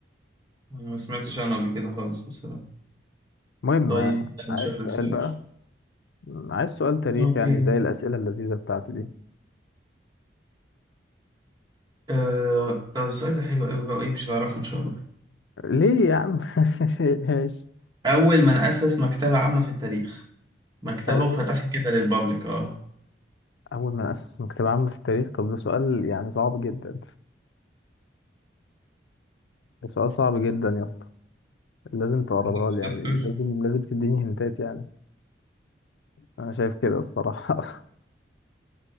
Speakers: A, on the right (about 25°); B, on the left (about 85°).
A: أنا ما سمعتش عنه قبل كده خالص بصراحه
B: المهم
A: طيب
B: آه،
A: انا
B: عايز
A: شايف
B: سؤال
A: لك سؤال
B: بقى م، عايز سؤال تاريخ
A: اوكي
B: يعني زي الأسئلة اللذيذة بتاعتي دي
A: آه... طب السؤال ده حلو قوي بقى وايه مش هتعرفه ان شاء الله
B: ليه يا عم <laughs> ماشي
A: اول من اسس مكتبه عامه في التاريخ مكتبه
B: أول
A: وفتحها كده للبابليك اه
B: أول ما أسس مكتبة عامة في التاريخ طب ده سؤال يعني صعب جدا ده سؤال صعب جدا يا اسطى لازم تقربها
A: لا
B: لي يعني
A: لا أفكر.
B: لازم لازم تديني هنتات يعني أنا شايف كده الصراحة <laughs>